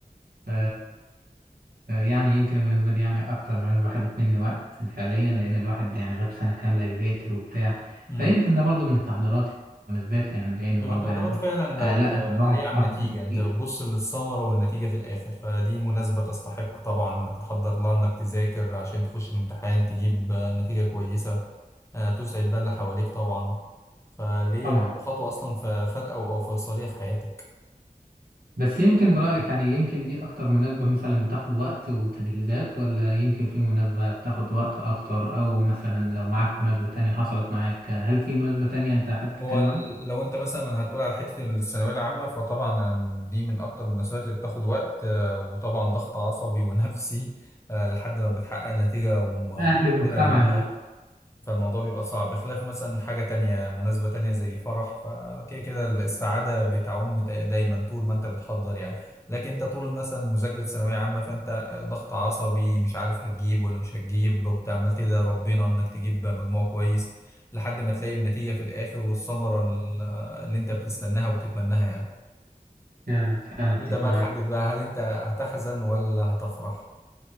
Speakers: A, on the right; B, on the left.
A: ف يعني يمكن المناسبة دي يعني أكتر مناسبة خدت مني وقت فعليا لأن الواحد يعني غاب سنة كاملة يذاكر وبتاع
B: امم
A: فيمكن ده برضو من التحضيرات يعني المناسبات يعني لأن
B: لما
A: برضو
B: التحضيرات
A: يعني
B: فعلا لو
A: آه لا أنا الواحد
B: ليه على
A: عارف
B: النتيجة
A: ناس
B: انت
A: كتير
B: بتبص للثمرة والنتيجة في الآخر فدي مناسبة تستحق طبعا انك تحضر لها انك تذاكر عشان تخش الامتحان تجيب نتيجة كويسة آه، تسعد بقى اللي حواليك طبعا فليه
A: طبعا
B: بتبقى خطوة أصلا ف- فارقة أو فيصلية في حياتك
A: بس يمكن برأيك يعني يمكن دي أكتر مناسبة مثلا بتاخد وقت وتجهيزات ولا يمكن في مناسبة بتاخد وقت أكتر أو مثلا لو معاك مناسبة تانية حصلت معاك هل في مناسبة تانية أنت حابب تتكلم
B: هو ال-
A: عنها؟
B: لو انت مثلا هتقول على حتة الثانوية العامة فطبعا دي من أكتر المناسبات اللي بتاخد وقت آه، وطبعا ضغط عصبي ونفسي آه، لحد ما بتحقق نتيجة ومثمرة
A: أهلي ومجتمعي
B: منها
A: والله
B: فالموضوع بيبقى صعب بخلاف مثلا حاجة تانية مناسبة تانية زي فرح فكده كده السعادة بتعم دا- دايما طول ما انت بتحضر يعني لكن انت طول مثلا مذاكرة ثانوية عامة فانت ضغط عصبي مش عارف هتجيب ولا مش هتجيب وبتعمل تدعي ربنا انك تجيب مجموع كويس لحد ما تلاقي النتيجة في الآخر والثمرة ال- اللي انت بتستناها وبتتمناها يعني
A: فعلا فعلا أتفق
B: تبدأ بقى
A: معاك
B: تحدد بقى هل انت هتحزن ولا هتفرح